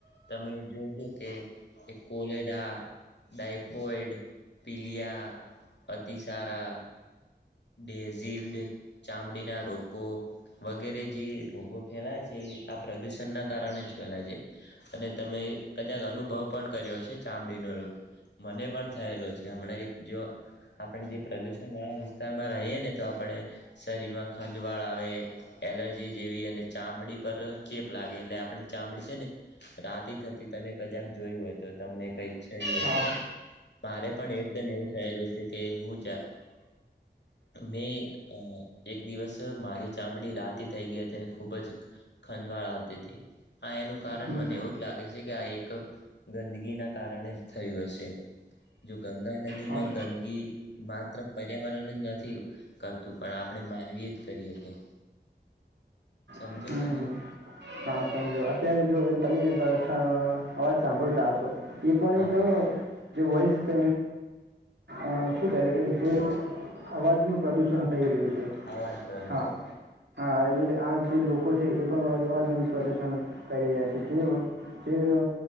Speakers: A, on the left; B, on the right.
A: તમે જોશો કે કોલેરા ડાયફોઈડ પીલિયા અતિસારા ડેઝડ ચામડીના રોકો વગેરે જે રોગો ફેલાય છે પ્રદૂષણના કારણે જ ફેલાય છે અને તમે કદાચ અનુભવ પણ કર્યો છે ચામડીનો રોગ મને પણ થયેલો છે હમણાં જો આપણે જે પ્રદૂષણવાળ વિસ્તારમાં રહીએ ને તો આપણે શરીરમાં ખંજવાળ આવે એલર્જી જેવી અને ચામડી પર ચેપ લાગે એટલે આપણી ચામડી છે ને રાતી થતી તમે કજાક જોયું હો તો તમને કઈ ઈચ્છું
B: હા
A: તો મારે પણ એકદમ એવું થયેલું છે કે હું જા મેં અ એક દિવસ મારી ચામડી રાતી થઈ ગઈ હતી ખૂબ જ ખંજવાળ આવતી આ એનું કારણ
B: હું
A: મને એવું જ લાગે છે કે આ એક ગંદગી ના કારણે જ થયું હશે જો ગંગા નદીમાં
B: હા
A: ગંદગકી માત્ર પર્યાવરણ જ નથી કરતું પણ આપણે માનવી જ કરીએ સમજ્યા
B: હમ હમ
A: તમે
B: હા સમજો અત્યારે જુઓ તમે એક અવાજ સાંભળતા હશો એ પણ
A: હા
B: એક
A: હા
B: જે વોસ અ શુ કહે
A: હા.
B: છેજે અવાજનું પ્રદુષણ થઈ રહ્યું છે
A: અવાજ પ્રદુષણ
B: હા હા એ આ જે છે એ પણવા <unintelligible> પ્રદૂષણ કરી રહ્યા છે જે